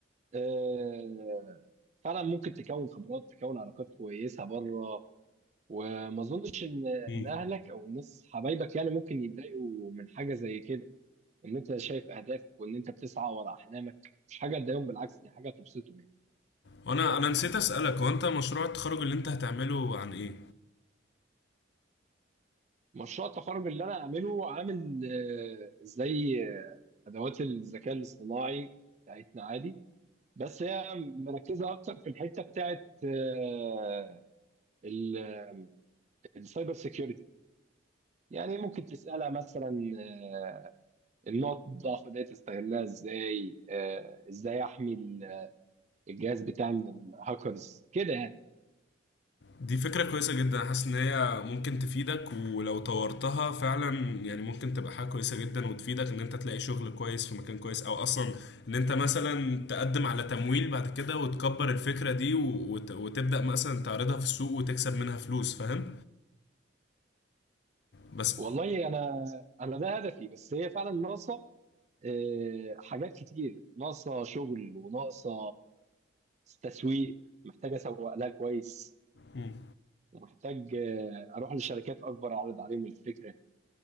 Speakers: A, on the right; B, on the left.
A: أه فعلا ممكن تكون خبرات تكون علاقات كويسة بره وما أظنش إن إن
B: مم.
A: أهلك أو الناس حبايبك يعني ممكن يتضايقوا من حاجة زي كده ان انت شايف اهدافك وان انت بتسعى ورا احلامك مش حاجه تضايقهم بالعكس دي حاجه تبسطهم يعني
B: وانا انا نسيت اسالك هو انت مشروع التخرج اللي انت هتعمله عن ايه
A: مشروع التخرج اللي انا عامله عامل آه، زي آه، ادوات الذكاء الاصطناعي بتاعتنا عادي بس هي مركزه اكتر في الحته بتاعت آه، ال- السايبر سيكيورتي يعني ممكن تسالها مثلا آه، النقط الضعف دي تستغلها ازاي آه، ازاي احمي ال- آه، الجهاز بتاعي من الهاكرز كده يعني
B: دي فكرة كويسة جدا حاسس ان هي ممكن تفيدك ولو طورتها فعلا يعني ممكن تبقى حاجة كويسة جدا وتفيدك ان انت تلاقي شغل كويس في مكان كويس او اصلا ان انت مثلا تقدم على تمويل بعد كده وتكبر الفكرة دي وت- وتبدأ مثلا تعرضها في السوق وتكسب منها فلوس فاهم بس
A: والله انا انا ده هدفي بس هي فعلا ناقصه آه، حاجات كتير ناقصه شغل وناقصه تسويق محتاج اسوق لها كويس
B: مم.
A: ومحتاج آه، اروح لشركات اكبر اعرض عليهم الفكره